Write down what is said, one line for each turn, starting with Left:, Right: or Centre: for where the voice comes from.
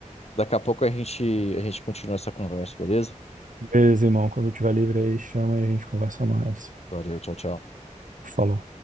Left: daqui a pouco a gente, a gente continua essa conversa, beleza?
Right: Beleza, irmão. Quando tiver livre aí, chama e a gente conversa mais.
Left: Valeu, tchau, tchau.
Right: Falou.